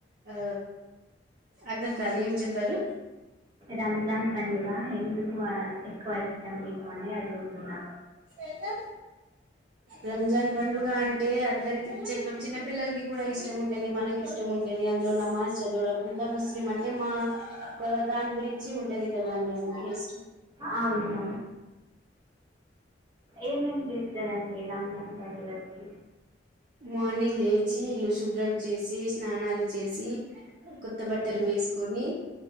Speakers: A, on the right; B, on the right.
A: ఆ అర్థం కాలే ఏం చెప్పారు
B: రంజాన్ పండుగ ఎందుకు ఆ ఎక్కువ ఇష్టం మీకు అని అడుగుతున్నా
A: ఎకా రంజాన్ పండుగ అంటే అందరికి చిన్న చిన్న పిల్లలకి కూడా ఇష్టం ఉంటది మనకి ఇష్టం ఉంటది అందులో నమాజ్ చదవడం అంతా ముస్లిం అంటే మా దాని గురించి ఉంటది కదా క్కువ అండి అందుకే ఇష్టం
B: అవును ఏమేమి చేస్తారండి రంజాన్ పండుగకి
A: మార్నింగ్ లేచి ఇల్లు శుభ్రం చేసి స్నానాలు చేసి కొత్త బట్టలు
B: ఉమ్.
A: వేసుకొని